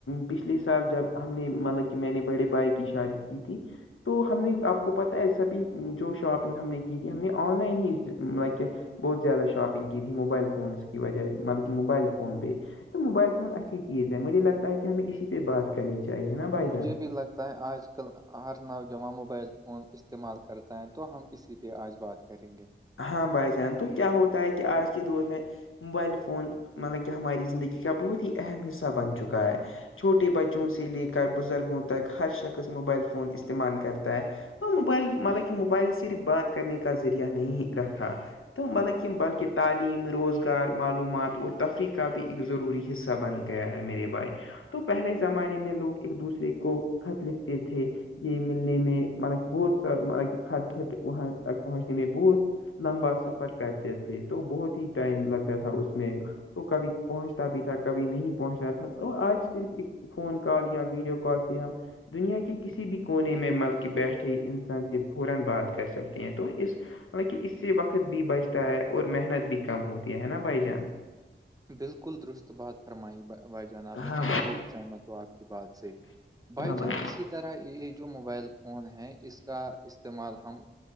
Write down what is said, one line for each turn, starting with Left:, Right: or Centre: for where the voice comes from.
Left: پچھلے سال جب ہم نے مطلب کہ میں نے بڑے بھائی کی شادی کی تھی تو ہم نے آپ کو پتہ ہے سابھی جو شاپنگ ہم نے کی تھی ہم نے آن لائن ہی کیا بہت زیادہ شاپنگ کی تھی موبائل فونس کی وجہ ملہ موبائل فون پہ تو موبائل فون اچھی چیز ہے مجھے لگتا ہے کہ ہمیں اسی پ بات کرنی چاہیے نا بھائی
Right: مجھے
Left: جان
Right: بھی لگتا ہے آج ک آ کل ہر نوجواں موبائل فون استعمال کرتا ہے تو ہم اسی پہ آج بات کریں گے
Left: ہاں بھائی جان تو کیا ہوتا ہے کہ آج کے دور میں موبائل فون مطلب کہ ہماری زندگی کا بہت ہی اہم حصہ بن چکا ہے چھوٹے بچوں سے لے کر بزرگوں تک ہر شخص موبائل فون استعمال کرتا ہے اور موبائل مالا کہ موبائل صرف بات کرنے کا ذریعہ نہیں رکھا تو ملک بلکہ تعلیم روزگار معلومات اور تفریح کا بھی ایک ضروری ہے حصہ بن گیا ہے میرے بھائی تو پہلے زمانے میں لوگ ایک دوسرے کو خط لکھتے تھے یہ ملنے میں مطب کی بہت سا مط کی کھاد پ وہاں تک پہنچنے میں بہت لمبا سفر کرتے تھے تو بہت ہی ٹائم لگتا تھا اس میں تو کبھی پہنچتا بھی تھا کبھی نہیں پہنچتا تھا تو آج صرف فون کال یا ویڈیو کال سے ہم دنیا کے کسی بھی کونے میں مل کے بیٹھے انسان سے فورن بات کر سکتے ہیں تو اس حالانکہ اس سے وقت بھی بچتا ہے اور محنت بھی کم ہوتی ہے نا بھائی جان
Right: بالکل درست بات فرمائی بھائی جان آپ نے
Left: ہاں
Right: میں بہت سہمت ہوں آپ کی بات سے بائی
Left: بھائی
Right: چان اسی طرح یہ جو موبائل فون ہے اس کا استعمال ہم